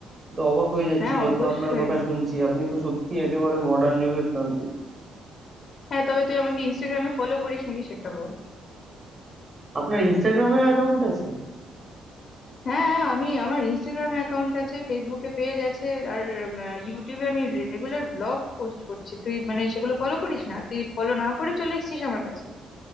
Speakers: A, on the right; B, on the left.
A: তো অবাক হয়ে যাচ্ছি
B: হ্যাঁ
A: যত
B: অবশ্যই
A: আপনার কথা শুনছি আপনি তো সত্যি একেবারে মডার্ন যুগের তান্ত্রিক
B: হ্যাঁ তবে তুই আমাকে ইনস্টাগ্রামে ফলো করিস নাকি সেটা বল
A: আপনার ইনস্টাগ্রামে অ্যাকাউন্ট আছে
B: হ্যাঁ আমি আমার ইনস্টাগ্রামে অ্যাকাউন্ট আছে ফেসবুকে পেজ আছে আর উম, আহ, ইউটিউবে আমি রেগুলার ব্লগ পোস্ট করছি তুই মানে সেগুলো ফলো করিস না তুই ফলো না করে চলে এসেছিস আমার কাছে